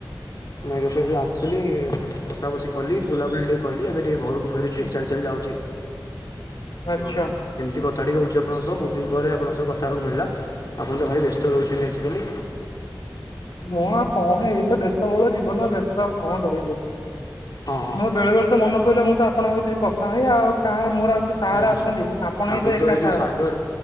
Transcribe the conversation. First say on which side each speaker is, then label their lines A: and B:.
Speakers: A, on the left; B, on the left.
A: ମେଘେଶ୍ଵର ଯୋଉ ଆସିଥିଲି ବଷା ବଷି କଲି ବୁଲାବୁଲି ଟିକେ କଲି ଏବେ ଟିକେ ଘରକୁ ଫେରୁଛି ଚାଲି ଚାଲି ଯାଉଛି ତ
B: ଆଚ୍ଛା
A: ଏମତି କଥାଟିକେ ହଉଛି ଆପଣଙ୍କ ସହ ବହୁତ ଦିନ ପରେ ଆପଣଙ୍କ ସହ କଥା ହେବାକୁ ମିଳିଲା ଆପଣତ ଭାରି ବ୍ୟସ୍ତ ରହୁଛନ୍ତି ଆଜିକାଲି
B: ମୁଁ ଆଉ କଣ ଏଇତ ବ୍ୟସ୍ତବହୁଳ ଜୀବନ ବ୍ୟସ୍ତ ଆଉ କଣ ରହିବି
A: ହଁ
B: ମୋର ବେଳେ ବେଳେତ ମନେ ପଇଲେ ମୁଁ ତ ଆପଣଙ୍କ ଭିତରେ କଥା ହୁଏ ଆଉ କାହା ମୋର ଆଉ କିଏ ସାହାରା
A: ହୁଁ
B: ଅଛନ୍ତି ଆପଣ ହିଁ
A: ଆଗରୁତ
B: ତ ଏକା
A: ଏଇ
B: ସାହାରା।
A: ଯୋଉ ସାଗର